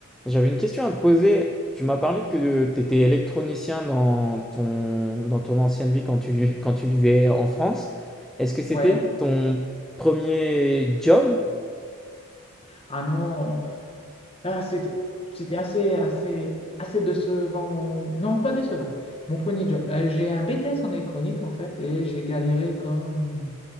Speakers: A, in the centre; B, on the left.
A: J'avais une question à te poser. Tu m'as parlé que tu étais électronicien dans ton, dans ton ancienne vie quand tu, quand tu vivais en France. Est-ce que c'était
B: Ouais.
A: ton premier job?
B: Ah non. Ah, c'est- c'était assez, assez, assez décevant. Mon... Non, pas décevant. Mon premier job. Euh, J'ai un BTS en électronique, en fait, et j'ai galéré comme